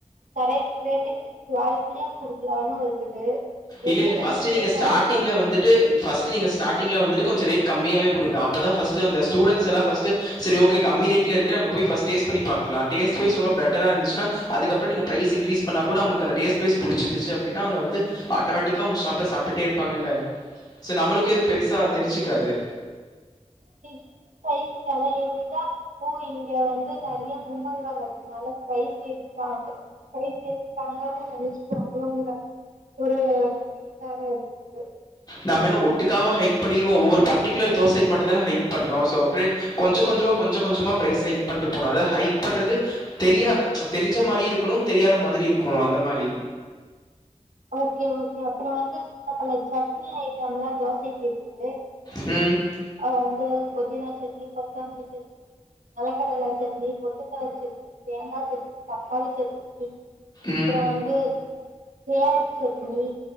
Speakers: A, on the right; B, on the left.
A: கரெக்ட் ரேட்டுக்கு குவாலிட்டியா குடுக்கலானு இருக்குது ரெண்டு
B: இல்லில்ல ஃபஸ்ட்
A: மைண்ட்
B: நீங்க
A: செட்டா
B: ஸ்டாடிங்ல
A: இருக்கு
B: வந்துட்டு ஃபஸ்ட் டு நீங்க ஸ்டாடிங்ல வந்து கொஞ்சோ ரேட் கமமியாவே குடுங்க அப்பதா ஃபஸ்ட் அந்த ஸ்டுடென்ட்ஸ் எல்லா ஃபஸ்ட் சரி ஓகே கம்மி ரேட்ல இருக்கு நம்ப போய் பஸ்ட டேஸ்ட் பண்ணி பாக்லா டேஸ்ட் வய்ஸ் ரொம்பட்டரா இருந்துச்ன்னா அதுப்றோ நீங்க பிரைஸ் இன்க்ரீஸ் பண்ணா கூட அவுங்ளுக்கு அந்த டேஸ்ட்வைஸ் புடிச்சிருந்துச்சு அப்டினா அவுங்க வந்து ஆட்டோமேட்டிக்காக உங்க ஷாப்ல சாப்டுட்டே இருப்பாங்கல்ல ஸோ நம்லுக்கு
A: இல்ல
B: எது பெருசா
A: திடீர்
B: தெரிஞ்சுக்காது
A: இல்ல திடீர்னு ப்ரைஸ் வெல ஏத்திட்டா ஓ இங்க வந்து நறைய கும்பல் வரதுனால பிரைஸ் ஏத்திட்டாங்க ப்ரைஸ் ஏத்திட்டாங்கனு நெனைச்சுக்குவாங்ளோங்ற ஒரு பீல் வேர இருக்குது
B: நம்ம என்ன ஒட்டுக்காவா ஹைக் பண்ணிருவோ ஒவ்வொரு பர்டிகுலர் தோசைக்கு மட்டுதான ஹைக் பண்றோ சோ அ கொஞ்ச கொஞ்சமா கொஞ்ச கொஞ்சமா பிரைஸ் ஹைக் பண்ணிட்டு போனாத ஹைக் பண்றது தெரியா தெரிஞ்ச மாரியு இருக்கணு தெரியாத மாதிரி இருக்கணு அந்த மாரி
A: ஓகே ஓகே அப்றோ வந்து சில பல சட்னி ஐட்டம்லா தோசைக்கு இருக்கு
B: ம்
A: அ வந்து புதினா சட்னி கொத்தமல்லி சட்னி நிலக்கடலசட்னி பொட்டுக்கல்ல சட்னி தேங்கா சட்னி தக்காளி சட்னி அப்றோ
B: ம்
A: வந்து புதினா சட்னி